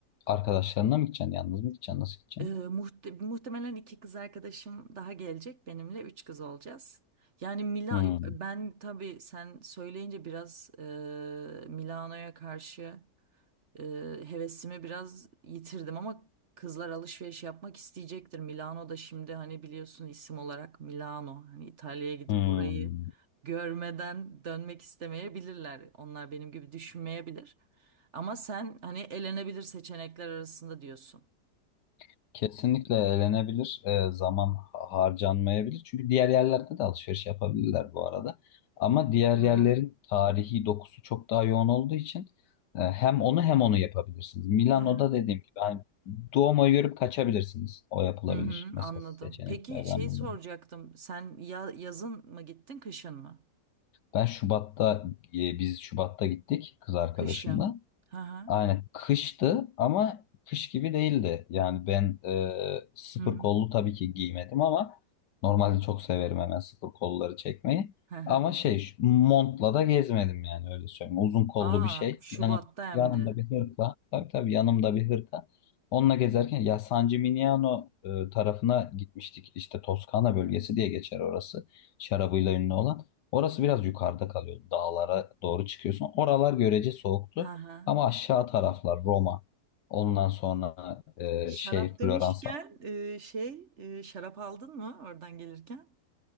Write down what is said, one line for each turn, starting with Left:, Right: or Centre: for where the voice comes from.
Left: arkadaşlarına mı gideceksin? Yalnız mı gideceksin? Nasıl gideceksin?
Right: Ee, muhte- muhtemelen iki kız arkadaşım daha gelecek benimle üç kız olacağız. Yani Mila
Left: Hmm.
Right: ben tabii sen söyleyince biraz e, Milano'ya karşı e, hevesimi biraz yitirdim ama kızlar alışveriş yapmak isteyecektir. Milano da şimdi hani biliyorsun isim olarak Milano hani İtalya'ya gidip
Left: Hmm.
Right: orayı görmeden dönmek istemeyebilirler. Onlar benim gibi düşünmeyebilir. Ama sen hani elenebilir seçenekler arasında diyorsun.
Left: <laughs> Kesinlikle eğlenebilir. Ee, zaman ha- harcanmayabilir. Çünkü diğer yerlerde de alışveriş yapabilirler bu arada. Ama diğer
Right: Hı
Left: yerlerin
Right: hı.
Left: tarihi dokusu çok daha yoğun olduğu için e, hem onu hem onu yapabilirsiniz. Milano'da
Right: Hı hı.
Left: dediğim gibi hani Duomo'yu görüp kaçabilirsiniz. O yapılabilir.
Right: Hı hı,
Left: Mesela
Right: anladım.
Left: seçeneklerden
Right: Peki şey soracaktım.
Left: biri.
Right: Sen ya yazın mı gittin, kışın mı?
Left: Ben Şubat'ta e, biz Şubat'ta gittik kız arkadaşımla.
Right: Kışın. Hı hı.
Left: Aynen kıştı ama kış gibi değildi. Yani ben e, sıfır
Right: Hı hı.
Left: kollu tabii ki giymedim ama normalde çok severim hemen sıfır kolları çekmeyi.
Right: Hı hı.
Left: Ama şey şu montla da gezmedim yani öyle söyleyeyim. Uzun kollu
Right: Aa,
Left: bir şey.
Right: Şubat'ta
Left: Yanım,
Right: hem
Left: yanımda
Right: de.
Left: bir hırka. Tabii tabii yanımda bir hırka. Onunla gezerken ya San Gimignano e, tarafına gitmiştik. İşte Toskana bölgesi diye geçer orası. Şarabıyla ünlü olan. Orası biraz yukarıda kalıyor. Dağlara doğru çıkıyorsun. Oralar görece soğuktu.
Right: Hı hı.
Left: Ama aşağı taraflar Roma. Ondan sonra e,
Right: Şarap
Left: şey Floransa.
Right: demişken e, şey e, şarap aldın mı oradan gelirken?